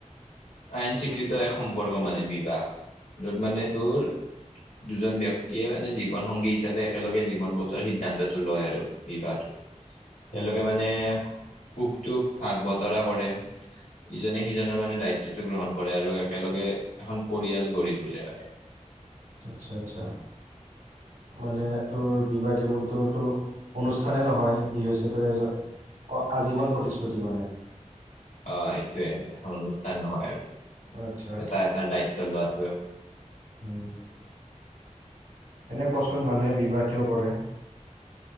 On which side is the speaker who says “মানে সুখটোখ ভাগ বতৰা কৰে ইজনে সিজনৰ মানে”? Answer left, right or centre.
Left